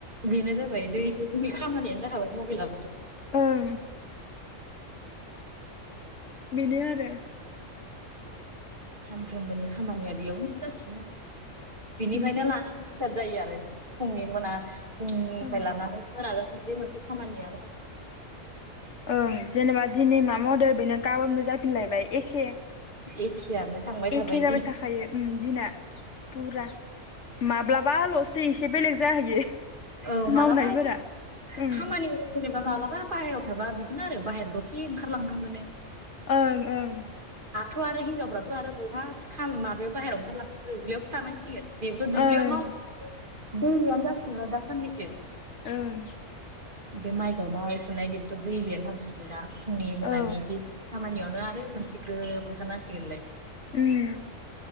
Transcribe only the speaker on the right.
बेनो जाबाय दै खामानियानो जाखाबाय मबाइलाबोथ'
सानफ्रोमबोनि खामानिया बेयावनो जासिगोन आरो बिनिफ्रायनो
लानानै स्थार जायो आरो फुंनि मोना फुंनिफ्राय
लानानै मोनाजासिम बे मोनसे खामानियानो आरो
एखेयानो थांबाय थाबाय
दिन
औ मालाबा
खामानियाव जेनेबा मालाबा बाहेरायाव थाबा बिदिनो आरो बाहेर दसे ओंखारलांनो मोनो
थ आरो हिनजावफ्राथ' आरो बहा खा माबायाव बायेरायाव ओंखारलांनो दुब्लियावसो थानांसिगोन बेबोथ' दुुबलियाव
माव बोलोआनो जाफिनला दां खानिसै
बे माइ गायनाय फुनाय बेबोथ' दैलियानो थांसिगोन ना फुंनि मोनानि
बे खामानियाव ओ आरो मोनसे ग्रोब ओंखारना होसिगोनलाय